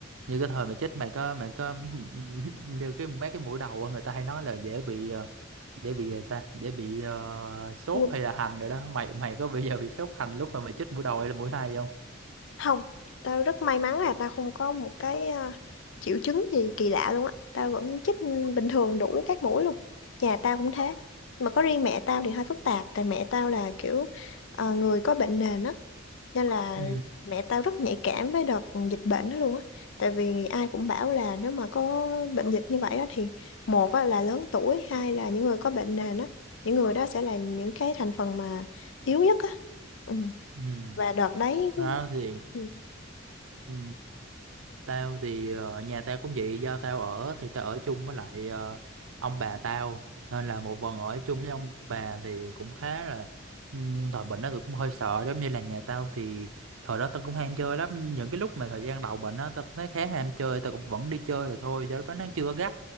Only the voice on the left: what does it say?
Vui.
Không, tao rất may mắn là tao không có một cái ờ, triệu chứng gì kỳ lạ luôn á. Tao vẫn chích bình thường đủ các mũi luôn. Nhà tao cũng thế. Mà có riêng mẹ tao thì hơi phức tạp tại mẹ tao là kiểu ờ, người có bệnh nền á. nên là
mẹ tao rất nhạy cảm với đợt dịch bệnh đó luôn á tại vì ai cũng bảo là nếu mà có bệnh dịch như vậy á thì một á, là lớn tuổi hai là những người có bệnh nền á những người đó sẽ là những cái thành phần mà yếu nhất á ừ.
và đợt đấy
ừ.